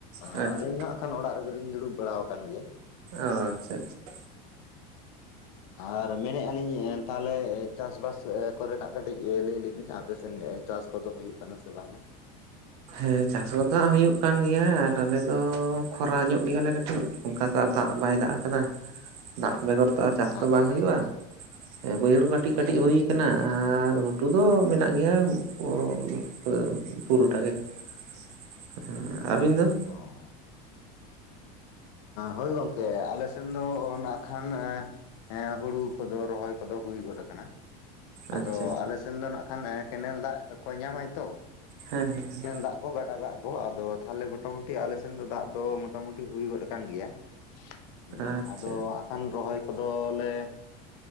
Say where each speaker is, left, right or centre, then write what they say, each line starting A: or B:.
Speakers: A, on the right (about 75°); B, on the left (about 65°).
A: ᱟᱪᱪᱷᱟ
B: ᱟᱨ ᱟᱞᱤᱧ ᱦᱚᱸ ᱟᱠᱷᱟᱱ ᱚᱲᱟᱜ ᱨᱮᱜᱮ ᱞᱤᱧ ᱫᱩᱲᱩᱵ ᱵᱟᱲᱟ ᱟᱠᱟᱱ ᱜᱮᱭᱟ᱾
A: ᱚ ᱟᱪᱪᱷᱟ-ᱟᱪᱪᱷᱟ
B: ᱟᱨ ᱢᱮᱱᱮᱫᱼᱟ ᱞᱤᱧ ᱛᱟᱦᱚᱞᱮ ᱪᱟᱥ-ᱵᱟᱥ ᱠᱚ ᱨᱮᱱᱟᱜ ᱠᱟᱹᱴᱤᱡ ᱞᱟᱹᱭ ᱞᱮ ᱵᱤᱱ ᱾ ᱟᱯᱮᱥᱮᱱ ᱪᱟᱥ ᱠᱚᱫᱚ ᱦᱩᱭᱩᱜ ᱠᱟᱱᱟ ᱥᱮ ᱵᱟᱝ ᱟ?
A: ᱦᱮᱸ ᱪᱟᱥ ᱠᱚᱫᱚ ᱦᱩᱭᱩᱜ ᱠᱟᱱ ᱜᱮᱭᱟ ᱟᱨ ᱟᱞᱮ ᱫᱚ ᱠᱷᱚᱨᱟ ᱧᱚᱜ ᱜᱮᱭᱟᱞᱮ ᱠᱟᱹᱴᱤᱡ᱾ ᱚᱱᱠᱟ ᱛᱚ ᱟᱨ ᱫᱟᱜ ᱵᱟᱭ ᱫᱟᱜ ᱠᱟᱫᱟ ᱾ ᱫᱟᱜ ᱵᱮᱜᱚᱨ ᱛᱚ ᱟᱨ ᱪᱟᱥ
B: ᱟᱪᱪᱷᱟ
A: ᱛᱚ ᱵᱟᱝ
B: ᱟᱪᱪᱷᱟ
A: ᱦᱚᱭᱚᱜᱼᱟ᱾ <unintelligible> ᱵᱟᱹᱭᱦᱟᱹᱲ ᱠᱟᱴᱤᱡ-
B: ᱟᱪᱪᱷᱟ
A: ᱠᱟᱴᱤᱡ ᱦᱚᱭ
B: ᱟᱪᱪᱷᱟ
A: ᱠᱟᱱᱟ
B: ᱟᱪᱪᱷᱟ ᱴᱷᱤᱠ ᱴᱷᱤᱠ
A: ᱟᱨ ᱜᱷᱩᱴᱩ ᱫᱚ ᱢᱮᱱᱟᱜ ᱜᱮᱭᱟ <unintelligible> ᱯᱩᱨᱟᱹᱴᱟ ᱜᱮ᱾ <unintelligible> ᱟᱵᱤᱱ ᱫᱚ?
B: ᱚᱻ ᱦᱚᱭ ᱜᱚᱝᱠᱮ, ᱟᱞᱮ ᱥᱮᱱ ᱫᱚ ᱱᱟᱜ ᱠᱷᱟᱱ ᱦᱮᱸ ᱦᱩᱲᱩ ᱠᱚᱫᱚ ᱨᱚᱦᱚᱭ ᱠᱚᱫᱚ ᱦᱩᱭ ᱜᱚᱫ ᱠᱟᱱᱟ᱾ ᱟᱫᱚ
A: ᱟᱪᱪᱷᱟ ᱟᱪᱪᱷᱟ
B: ᱟᱞᱮ ᱥᱮᱱ ᱫᱚ ᱱᱟᱜ ᱠᱷᱟᱱ ᱠᱮᱱᱮᱞ ᱫᱟᱜ ᱠᱚ ᱧᱟᱢᱟᱭ ᱛᱚ᱾
A: ᱦᱮᱸ ᱦᱮᱸ ᱦᱮᱸ
B: ᱠᱮᱱᱮᱞ ᱫᱟᱜ ᱠᱚ, ᱜᱟᱰᱟ ᱫᱟᱜ ᱠᱚ ᱾ ᱟᱫᱚ ᱛᱟᱦᱚᱞᱮ ᱢᱚᱴᱟ-ᱢᱩᱴᱤ ᱟᱞᱮ ᱥᱮᱱ ᱫᱚ ᱫᱟᱜ ᱫᱚ ᱢᱚᱴᱟ-ᱢᱩᱴᱤ ᱦᱩᱭ ᱜᱚᱫ ᱠᱟᱱ ᱜᱮᱭᱟ᱾ <unintelligible> ᱚᱸ
A: ᱟᱪᱪᱷᱟ
B: ᱟᱫᱚ ᱠᱷᱟᱱ ᱨᱚᱦᱚᱭ ᱠᱚᱫᱚᱞᱮ